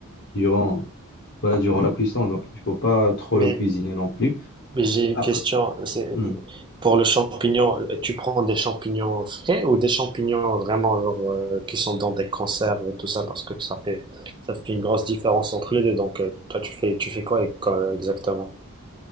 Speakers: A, on the left (about 55°); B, on the right (about 20°).
A: durant, voilà, durant la cuisson. Donc, il faut pas trop
B: Mais
A: le cuisiner non plus.
B: Mais j'ai une
A: Après,
B: question, c'est
A: hmm.
B: pour le champignon, euh, tu prends des champignons frais ou des champignons vraiment genre, euh, qui sont dans des conserves et tout ça parce que ça fait ça fait une grosse différence entre les deux. Donc euh, toi tu fais tu fais quoi ex- quoi exactement?